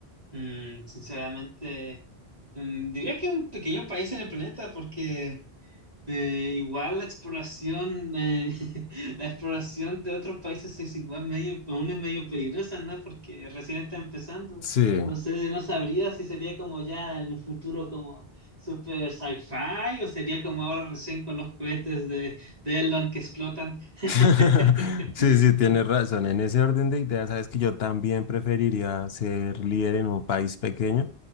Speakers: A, on the right; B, on the left.
A: Mm, sinceramente, mm, diría que un pequeño país en el planeta porque... Eh, igual la exploración, eh, <laughs> la exploración de otros países es igual medio, aún es medio peligrosa, ¿no? Porque recién está empezando.
B: Sí.
A: No sé, no sabría si sería como ya en un futuro como super sci-fi o sería como ahora recién con los cohetes de, de Elon que explotan. <laughs>
B: <laughs> Sí, sí, tienes razón. En ese orden de ideas, sabes que yo también preferiría ser líder en un país pequeño.